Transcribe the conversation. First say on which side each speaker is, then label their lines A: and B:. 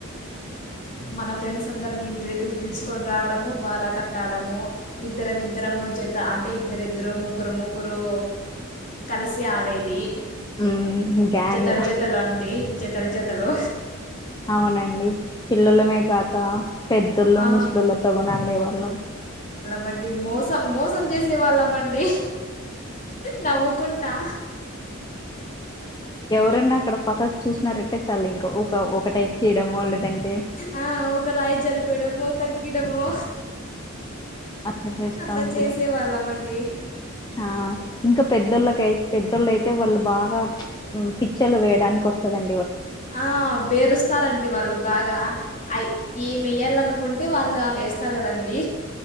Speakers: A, on the left; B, on the left.
A: మన ఫ్రెండ్స్ అందరినీ ఇ ఇంటి దగ్గరికి పిలుచుకొని రావడము బారా కట్టాడము ఇద్దరం ఇద్దరము జత అంటే ఇద్దరిద్దరు ముగ్గురు ముగ్గురు కలిసి ఆడేది
B: మ్మ్ గ్యాంగ్
A: జతల జతలు అంటే జతలు జతలు
B: అవునండి పిల్లలమే కాక పెద్దళ్ళు
A: ఆ,
B: ముసలుళ్ళతోగని ఆడేవాళ్ళం
A: మండి మోసం మోసం చేసి ఇచ్చే వాళ్ళమండి. నవ్వుకుంటా
B: ఎక్కడన్నా అక్కడ పక్కకు చూసినారంటే చాలింక ఒక ఒకటేక్కిడము లేదంటే
A: ఆ, ఒక రాయి జరిపేయడమో తగ్గియడమో
B: అట్లా చేస్తా
A: అట్లా
B: ఉంటిమి
A: చేసే వాళ్ళమండి.
B: ఆ ఇంకా పెద్దోళ్ళకై పెద్దోళ్ళయితే వాళ్ళు బాగా మ్ పిక్చ్చర్లు వేయడానికి వస్తదం
A: ఆ బేరుస్తారండి వాళ్ళు బాగా అయ్ ఏమేయ్యలనుకుంటే వాళ్ ళ్లు అవేస్తారుకదండి.